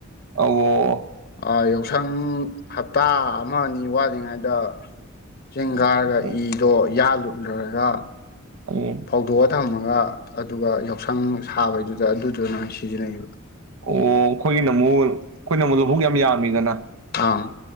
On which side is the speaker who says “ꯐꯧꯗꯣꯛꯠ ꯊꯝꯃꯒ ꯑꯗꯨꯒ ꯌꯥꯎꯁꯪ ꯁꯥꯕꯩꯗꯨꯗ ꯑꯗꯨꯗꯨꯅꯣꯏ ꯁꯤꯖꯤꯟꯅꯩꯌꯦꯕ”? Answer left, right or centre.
Left